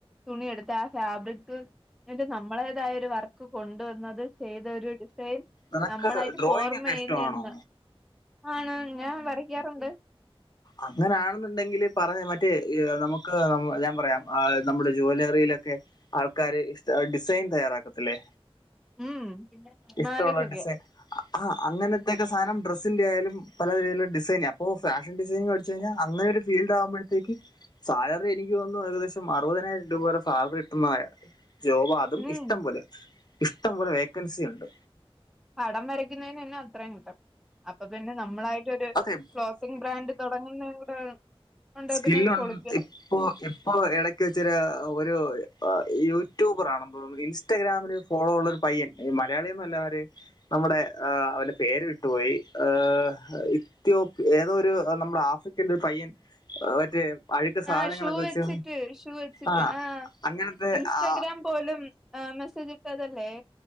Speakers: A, in the centre; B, on the left.
A: തുണി എടുത്ത് ആ ഫാബ്രിക്ക്ന്റെ നമ്മളെ തായ ഒരു വർക്ക് കൊണ്ടുവന്നത് ചെയ്ത് ഒരു ഡിസൈൻ
B: നിനക്ക്
A: നമ്മളായിട്ട്
B: ഡ്രോയിങ്
A: ഫോർമെയ്യ്ന്ന്
B: ഒക്കെ ഇഷ്ടമാണോ
A: ആണ് ഞാൻ വരക്കാറുണ്ട്
B: അങ്ങനൊണെന്നുണ്ടെങ്കില് പറഞ്ഞ മറ്റേ നമുക്ക് ഞാൻ പറയാം നമ്മുടെ ജ്വാലറിയിലൊക്കെ ആൾക്കാര് ഇഷ് ഡിസൈൻ തയ്യാറാക്കത്തില്ലേ
A: ഉം
B: ഇഷ്ടമുള്ള
A: മാലക്കൊക്കെ
B: ഡിസൈൻ ആ അങ്ങനത്തെെയൊക്കെ സാധനം ഡ്രസ്സിന്റെറെ ആയാലും പലതീതിയിലുള്ള ഡിസൈൻ അപ്പോ ഫാഷ ഡിസൈനിങ് പഠിച്ച് കഴിഞ്ഞാ അങ്ങന ഒരു ഫീൽഡ് ആവുമ്പഴ്ത്തേക്ക് സാലറി എനിക്ക് തോന്നുന്നു ഏകദേശം അറുപതിനായിരം രൂപ വരെ സാലറി കിട്ടുന്നതാണ് ജോബ് അതും
A: ഉം
B: ഇഷ്ട്ടം പോലെ ഇഷ്ട്ടം പോലെ വേക്കൻസി ഉണ്ട്
A: പടം വരയ്ക്കുന്നതിന് തന്നെ അത്രയും കിട്ടും അപ്പൊ പിന്നെ നമ്മളായിട്ടൊരു
B: അതെ
A: ക്ലോത്തിങ് ബ്രാൻഡ് തുടങ്ങുന്ന കൂടെ. ഉണ്ട്
B: സ്കിൽ
A: പിന്നെ
B: ഒണ്ട്
A: പൊളിക്കാം
B: ഇപ്പോ ഇപ്പോ ഇടക്ക് വെച്ചോരു യൂട്യൂബറാണ അ ഇൻസ്റ്റാഗ്രാമില് ഫോളോ ഉള്ള ഒരു പയ്യൻ മലയാളിയൊന്നുംല്ല ഒര് നമ്മുടെ ആ അവന്റെ പേര് വിട്ടുപോയി ഹ ഇത്യോപ്യ ഏതോ ഒരു നമ്മുടെ ആഫ്രിക്കൽ ഒരു പയ്യൻ മറ്റേ അഴുക്ക സാധനങ്ങളൊക്കെ
A: ആഹ് ഷൂ
B: വെച്ച്
A: വെച്ചിട്ട് ഷൂ വെച്ചിട്ട്
B: ആ
A: ആഹ
B: അങ്ങനത്തെ
A: ഇൻസ്റ്റഗ്രാം
B: ആ
A: പോലും ആഹ് മെസേജ് ഇട്ടതല്ലേ